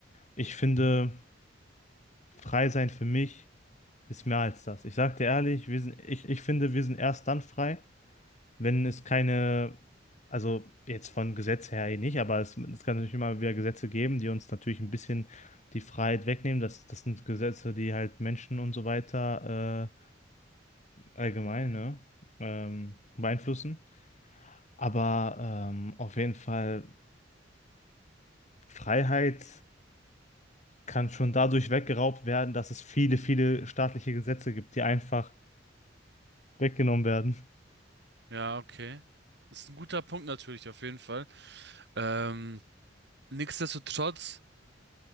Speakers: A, on the left; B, on the right.
A: Ich finde, Freisein für mich. Ist mehr als das. Ich sag dir ehrlich, wir sind, ich, ich finde, wir sind erst dann frei, wenn es keine, also jetzt von Gesetz her eh nicht, aber es, es kann natürlich immer wieder Gesetze geben, die uns natürlich ein bisschen die Freiheit wegnehmen. Das, das sind Gesetze, die halt Menschen und so weiter äh, allgemein, ne, ähm, beeinflussen. Aber ähm, auf jeden Fall, Freiheit kann schon dadurch weggeraubt werden, dass es viele, viele staatliche Gesetze gibt, die einfach weggenommen
B: Ja, okay. Das ist ein guter Punkt natürlich, auf jeden Fall. Ähm, nichtsdestotrotz